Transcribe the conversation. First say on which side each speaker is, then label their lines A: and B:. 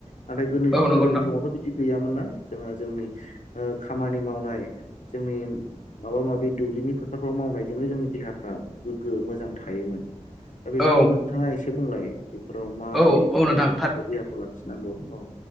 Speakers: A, on the left; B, in the centre.
A: नाथाय गोद
B: औ नंगौ
A: गोदोनि
B: नोंथां
A: समावथ' बिदि गैयामोन ना जोङो जोंनि ओ खामानि मावनाय जोंनि माबा माबि दुब्लिनि फोथारफ्राव मावनायजोंनो जोंनि देहाफ्रा गोग्गो मोजां थायोमोन। दा बेफोरखौ
B: औ
A: नोंथाङा एसे बुंलाय बे र माबायदि
B: औ
A: जोङो
B: औ नोंथां
A: बे देहाखौ लाखिनांगौ औ